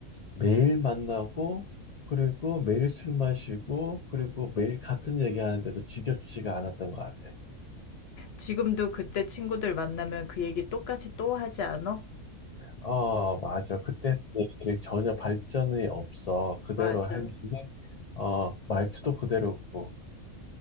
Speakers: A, on the left (about 80°); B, on the left (about 60°).
A: 매일 만나고 그리고 매일 술 마시고 그리고 매일 같은 얘기하는데도 지겹지가 않았던 것 같아.
B: 지금도 그때 친구들 만나면 그 얘기 똑같이 또 하지 않아?
A: 어, 맞아. 그때 했던 얘기들이 전혀 발전이 없어. 그대로
B: 맞아.
A: 했는데, 어, 말투도 그대로고,